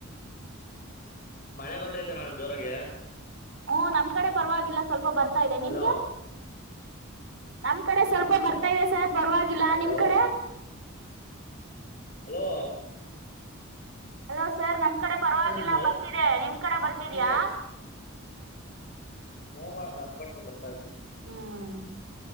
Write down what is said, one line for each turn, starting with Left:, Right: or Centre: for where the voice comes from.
Left: ಮಳೆ ಬತೃತೆ ಮೇಡಮ್ ಜೋರಗೆ
Right: ಹಓ ನಮ್ ಕಡೆ ಪರವಾಗಿಲ್ಲ ಸ್ವಲ್ಪ ಬರ್ತಾ ಇದೆ ನಿಮ್ಗೆ
Left: ಹಲೋ
Right: ನಮ ಕಡೆ ಸ್ವಲ್ಪ ಬರ್ತಾ ಇದೆ ಸರ್ ಪರವಾಗಿಲ್ಲ
Left: ಹಲೋ
Right: ನಿಮ್ ಕಡೆ
Left: ಹಲೋ
Right: ಹಲೋ ಸರ್ ನಮ್ ಕಡೆ ಪರವಾಗಿಲ್ಲ
Left: ಮೇಡಮ್ ಮಳೆ
Right: ಬರ್ತಿದೆ ನಿಮ್ ಕಡೆ ಬರ್ತಿದ್ಯಾ
Left: ಬಂದೆ ಹ್ಮ್ ಮ್ ನಮ್ ಕೊಂಡು ಬರ್ತಾ ಇದತೇನೆ
Right: ಹ್ಮ್